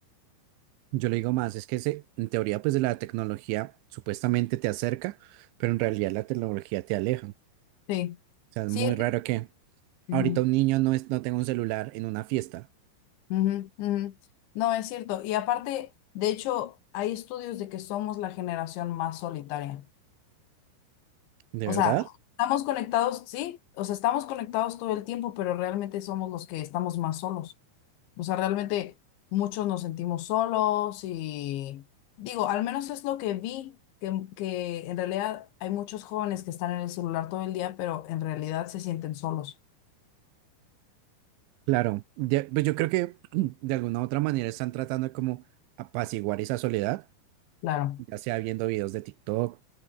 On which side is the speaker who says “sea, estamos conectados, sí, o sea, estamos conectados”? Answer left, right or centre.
Left